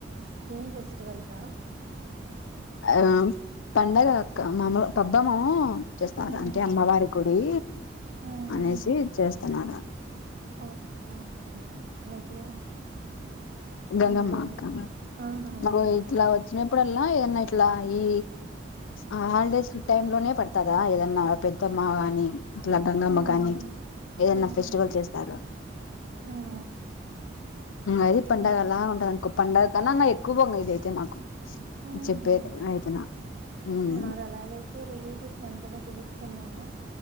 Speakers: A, on the right; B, on the left.
A: ఏం ఫెస్టివల్ రా
B: ఆ పండగ మమలు పబ్ద్దామాము <unintelligible> చేస్తారు
A: ఉమ్
B: అంటే అమ్మవారి గుడి
A: ఉమ్
B: అనేసి
A: ఉమ్
B: చేస్త వత్తన్నాడ
A: ఓకే ఓకే అట్లయితే
B: గంగమ్మ
A: ఇంకేం
B: అక్క
A: ఆహా
B: నాకు
A: గంగమ్మ
B: ఇట్లా వచ్చినప్పుడల్లా ఏదన్నా ఇట్లా ఈ ఆ హాలిడేస్ టైమ్ లోనే పడతదా ఏదన్నా పెద్దమ్మ గాని ఇట్లా గంగమ్మ
A: ఉమ్
B: కాని ఏదైనా
A: ఉమ్
B: ఫెస్టివల్ చేస్తారు
A: ఉమ్
B: అది
A: ఉమ్
B: పండగలా
A: ఉమ్
B: ఉంటదనుకో పండగ కన్నా అంగా ఎక్కువంగ ఇదైతే మాకు
A: ఆహా
B: చెప్పేది అయితేన ఉమ్
A: మరి అలాగైతే రిలేటివ్స్ ని అందరినీ పిలుస్త తిన్నారా